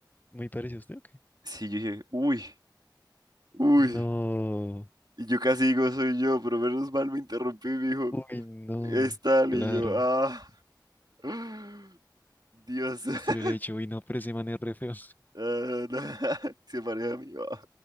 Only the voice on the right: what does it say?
sí, yo dije, uy. Uy,
y yo casi digo soy yo, pero menos mal me interrumpí, me dijo,
es tal,
y yo, ah, <gasps> Dios, <laughs>
Ah, no, <laughs> se parece a mí, ah.